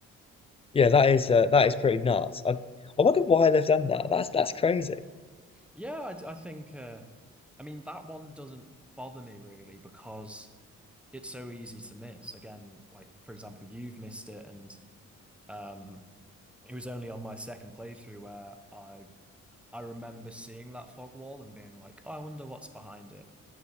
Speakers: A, on the left; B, in the centre.
A: Yeah, that is uh, that is pretty nuts. I I wonder why they've done that. That's that's crazy.
B: Yeah, I, I think, uh, I mean, that one doesn't bother me really because it's so easy to miss. Again, like for example, you've missed it and Um, it was only on my second playthrough where I I remember seeing that fog wall and being like, oh, I wonder what's behind it.